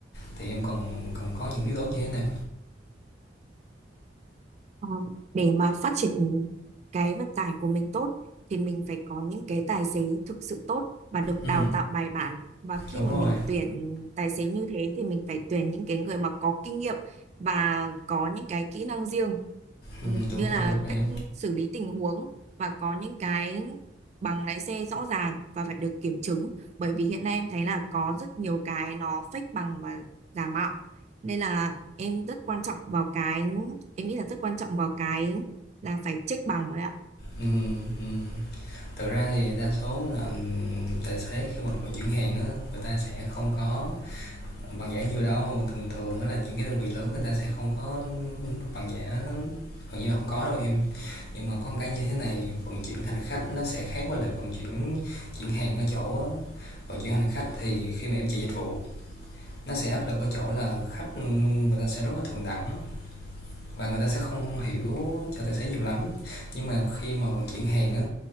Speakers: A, on the left; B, on the right.
A: thì em cần cần có những yếu tố như thế nào
B: Ờ, để mà phát triển cái vận tải của mình tốt thì mình phải có những cái tài xế thực sự tốt và được
A: ừ
B: đào tạo bài bản và khi
A: đúng
B: mà
A: rồi
B: mình tuyển tài xế như thế thì mình phải tuyển những cái người mà có kinh nghiệm và có những cái kỹ năng riêng Ừm,
A: ừ, đúng
B: như là
A: rồi đúng rồi
B: cách
A: em
B: xử lý tình huống và có những cái bằng lái xe rõ ràng và phải được kiểm chứng bởi vì hiện nay em thấy là có rất nhiều cái nó fake bằng và giả mạo nên là em rất quan trọng vào cái em nghĩ là rất quan trọng vào cái là phải check bằng rồi ạ
A: ừ, ừ. thực ra thì đa số là ừ, tài xế khi mà vận chuyển hàng á người ta sẽ không có bằng giả nhiều đâu thường thường á là những cái đơn vị lớn người ta sẽ không có bằng giả gần như là không có đâu em nhưng mà có một cái như thế này vận chuyển hành khách nó sẽ khác với lại vận chuyển chuyển hàng ở chỗ á. vận chuyển hành khách thì khi mà em chạy dịch vụ nó sẽ áp lực ở chỗ là khách ừ, người ta sẽ rất là thượng đẳng và người ta sẽ không hiểu cho tài xế nhiều lắm nhưng mà khi mà vận chuyển hàng á,